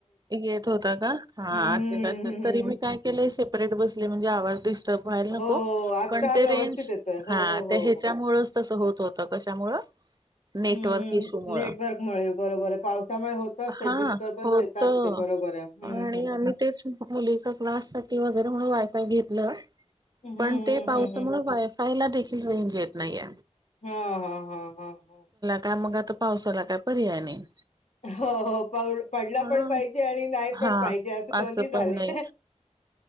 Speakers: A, on the right; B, on the left.
A: येत होता का हा
B: हं,
A: असेल असेल
B: हं, हं.
A: तरी मी काय केले, सेपरेट बसले म्हणजे आवाज कट व्हायला
B: हो,
A: नको
B: हो. आता
A: पण ते
B: व्यवस्थित
A: रेंज
B: येतोय. हो,
A: हा
B: हो,
A: ते
B: हो,
A: ह्याच्यामुळेच
B: हो. हं, हं.
A: तस होत होत. कशामुळं? नेटवर्क
B: हं.
A: इश्यू मुळ
B: नेटवर्कमुळे बरोबर आहे. पावसामुळे होतच
A: हा
B: ते डिस्टर्बन्स
A: हो
B: येतात
A: त
B: ते बरोबर आहे. हं,
A: आणि
B: हं, हं.
A: आम्ही तेच मुलीचा क्लास ती वगैरे म्हणून वाय फाय घेतलं
B: हं,
A: पण
B: हं,
A: ते पावसामूळ
B: हं, हं.
A: वायफायला देखी ल रेंज येत नाहीय.
B: हम् हा हा हम हम.
A: काय मग आता पावसाला काय पर्याय नाही.
B: हो हो पाऊस पडला
A: हा
B: पण पाहिजे आणि नाही
A: हा
B: पण पाहिजे असं दोनही झाले.
A: पण नाही